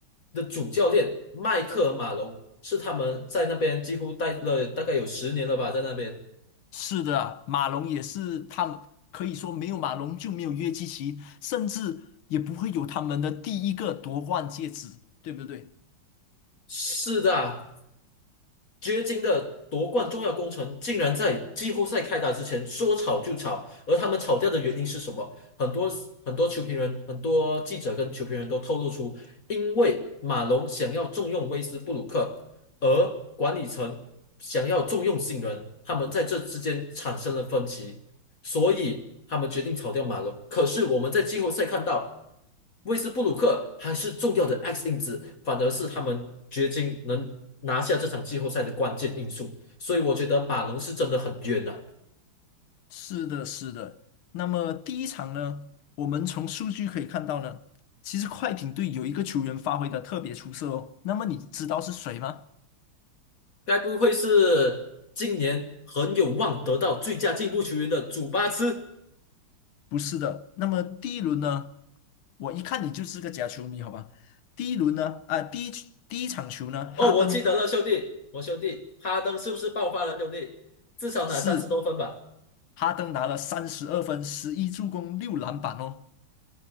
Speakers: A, on the left; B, on the left.
A: 的主教练迈克尔马龙，是他们在那边几乎待了大概有十年了吧，在那边。
B: 是的，马龙也是他们可以说没有马龙就没有约基奇，甚至也不会有他们的第一个夺冠戒指，对不对？
A: 是的，掘金的夺冠重要工程竟然在季后赛开打之前说炒就炒，而他们炒掉的原因是什么？很多很多球评人、很多记者跟球评人都透露出，因为马龙想要重用威斯布鲁克，而管理层想要重用新人，他们在这之间产生了分歧。所以他们决定炒掉马龙。可是我们在季后赛看到，威斯布鲁克还是重要的 X 因子，反而是他们掘金能拿下这场季后赛的关键因素。所以我觉得马龙是真的很冤呐！
B: 是的，是的。那么第一场呢，我们从数据可以看到呢，其实快艇队有一个球员发挥的特别出色哦。那么你知道是谁吗？
A: 该不会是今年很有望得到最佳进步球员的祖巴茨？
B: 不是的。那么第一轮呢，我一看你就是个假球迷，好吧？第一轮呢，啊、第一第一场球呢，哈登
A: 哦，我记得了，兄弟，我兄弟哈登是不是爆发了，兄弟？至少拿三十多分吧。
B: 是哈登拿了三十二分、十一助攻、六篮板哦。